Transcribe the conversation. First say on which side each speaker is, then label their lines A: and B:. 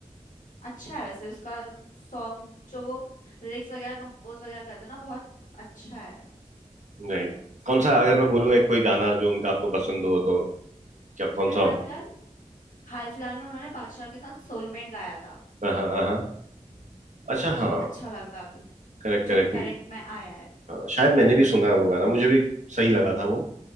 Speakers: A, on the left (about 80°); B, on the right (about 65°).
A: अच्छा है वैसे उसका सॉन्ग जो वो लिरिक्स वगैरह कंपोज वगैरह करते हैं ना बहुत अच्छा है
B: राइट कौन सा अगर मैं बोलूँ एक कोई गाना जो उनका आपको पसंद हो तो क्या कौन
A: अभी
B: सा हो
A: हाल फिलहाल हाल फिलहाल में उन्होंने बादशाह के साथ सोलमेट गाया था
B: हाँ हाँ हाँ हाँ। अच्छा
A: तो मुझे
B: हाँ
A: वो अच्छा लगा अभी
B: Correct
A: जो
B: correct
A: भी करंट में आया है
B: शायद मैंने भी सुना है वो गाना मुझे भी सही लगा था वो